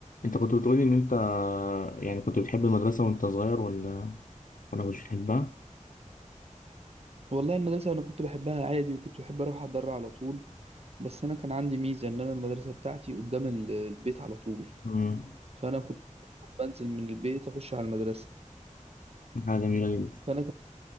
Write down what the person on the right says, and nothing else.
والله المدرسة أنا كنت بحبها عادي وكنت بحب أروح أتدرع على طول بس أنا كان عندي ميزة إن أنا المدرسة بتاعتي قدام ال- البيت على طول
فأنا كنت بنزل من البيت أخش على المدرسة
فأنا كان